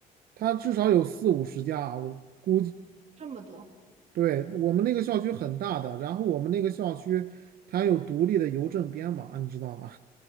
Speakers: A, on the right; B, on the right.
A: 它至少有四五十家啊我估计。
B: 这么多
A: 对，我们那个校区很大的，然后我们那个校区它有独立的邮政编码，你知道吗？